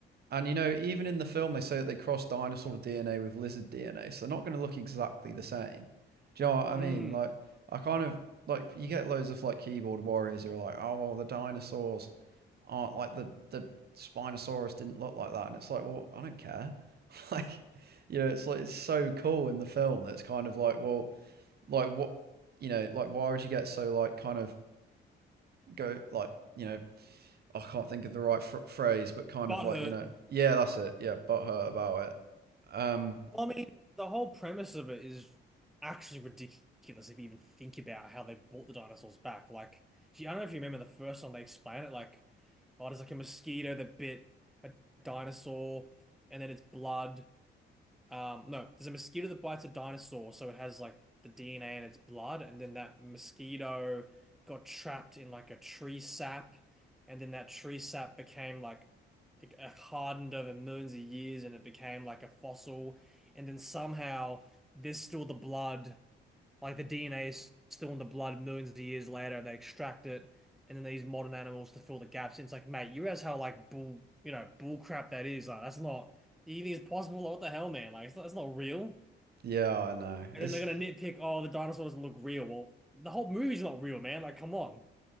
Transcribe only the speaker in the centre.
Mm,
butt
hurt.
Well, I mean, the whole premise of it is actually ridiculous if you even think about how they brought the dinosaurs back. Like, gee, I don't know if you remember the first time they explain it, like, oh, there's like a mosquito that bit a dinosaur, and then it's blood, Um, no, there's a mosquito that bites a dinosaur, so it has like the DNA in its blood, and then that mosquito got trapped in like a tree sap, and then that tree sap became like it it hardened over millions of years, and it became like a fossil, and then somehow there's still the blood like the DNA is still in the blood millions of years later, and they extract it, and then they use modern animals to fill the gaps. And it's like, mate, you realize how like bull, you know, bull crap that is. Like that's not even is possible. Like, what the hell, man? Like it's not, it's not real.
And
then they're gonna nitpick, oh, the dinosaur doesn't look real. Well, the whole movie's not real, man. Like, come on.